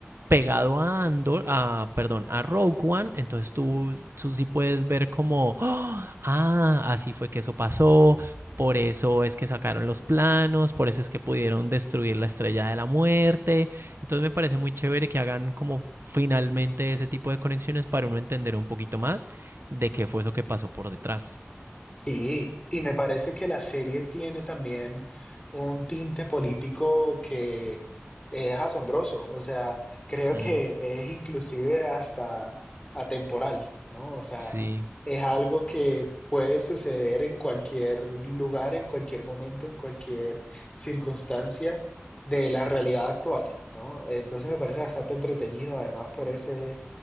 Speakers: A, on the right; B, on the left.
A: pegado a Andor, a, perdón, a Rogue One, entonces tú, tú sí puedes ver como, <gasps> ¡oh! ah, así fue que eso pasó, por eso es que sacaron los planos, por eso es que pudieron destruir la estrella de la muerte. Entonces me parece muy chévere que hagan como finalmente ese tipo de conexiones para uno entender un poquito más de qué fue eso que pasó por detrás.
B: Sí, y me parece que la serie tiene también un tinte político que es asombroso, o sea, creo
A: Mm,
B: que es inclusive hasta atemporal, ¿no? O sea,
A: sí.
B: es algo que puede suceder en cualquier lugar, en cualquier momento, en cualquier circunstancia de la realidad actual, ¿no? Entonces me parece bastante entretenido, además, por ese,